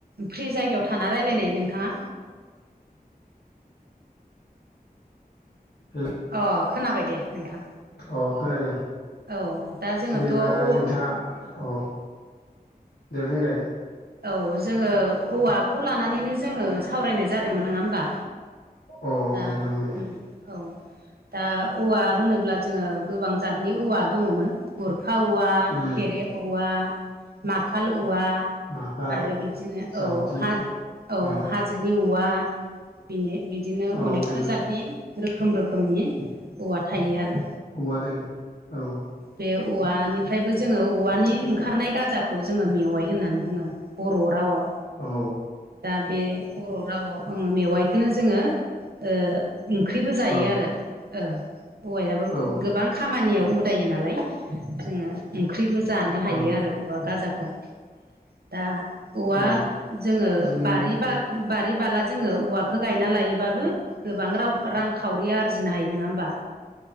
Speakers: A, on the right; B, on the left.
A: फ्रि जायगायाव थाना रायलायनाय नोंथाङा।
B: <unintelligible>
A: अ खोनाबाय दे नोंथां।
B: अ खोनादों
A: औ दा जोङोथ'
B: जेनेबा
A: औ
B: नोंथाङा औ दे बुंलाय
A: औ जोंङो औवाखौ लानानैनो जोंङो सावरायनाय जादोंमोन नोंङा होमबा?
B: औ
A: दा
B: नोंथां नंगौ दे
A: उम औ दा औवा होनोब्ला जोंङो गोबां जातनि औवा दंङ'मोन। गुरखा औवा
B: उम
A: थेरे औवा माखाल औवा
B: माखाल
A: आरो बिदिनो
B: जावथि
A: औ हा औ
B: उम
A: हा जोनि औवा बिनि बिदिनो
B: औ
A: अनेकथा
B: दोङो
A: जातनि रोखोम रोखोमनि औवा थायो आरो।
B: औवादों औ
A: बे औवानिफ्रायबो जोंङो औवानि ओंखारनाय गाजाखौ जोंङो मेवाइ होननानै बुंङो। बर' रावआव
B: औ
A: दा बे बर' राववाव मेवाइखौनो जोंङो ओ ओंख्रिबो जायो
B: औ
A: आरो ओं औवायाबो
B: औ
A: गोबां खामानियाव उदायो नालाय जोंङो ओंख्रिबो जानो हायो
B: औ
A: आरो औवा गाजाखौ। दा औवा
B: औ
A: जोंङो
B: जेनेबा
A: बारि बा बारि बाला जोंङो औवाखौ गायना लायो बाबो गोबां राव रांखावरि आरजिनो हायो नोंङा होमबा?